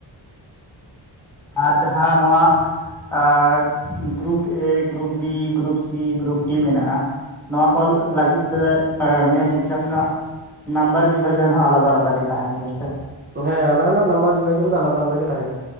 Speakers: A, in the centre; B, on the right.
A: ᱟᱨ ᱡᱟᱦᱟᱸ ᱱᱚᱣᱟᱼᱼ ᱟᱨ group A group B group C group D ᱢᱮᱱᱟᱜ-ᱟᱼᱼ ᱱᱚᱣᱟ ᱠᱚ ᱞᱟᱹᱜᱤᱫ ᱛᱮ ᱮᱸ ᱢᱮᱱ ᱮᱠᱡᱟᱢ ᱨᱮᱱᱟᱜᱼᱼ ᱱᱟᱢᱵᱟᱨ ᱵᱤᱵᱷᱟᱡᱚᱱ ᱦᱚᱸ ᱟᱞᱟᱫᱟ ᱟᱞᱟᱫᱟ ᱜᱮ ᱛᱟᱦᱮᱸᱱ ᱜᱮᱭᱟ ᱥᱮ?
B: ᱦᱮᱸ ᱚᱱᱟ ᱦᱚᱸ ᱦᱟᱸᱜ ᱱᱟᱢᱵᱟᱨ ᱵᱤᱵᱷᱟᱡᱚᱱ ᱫᱚ ᱟᱞᱟᱫᱟ ᱟᱞᱟᱫᱟ ᱜᱮ ᱛᱟᱦᱮᱸᱱᱟ᱾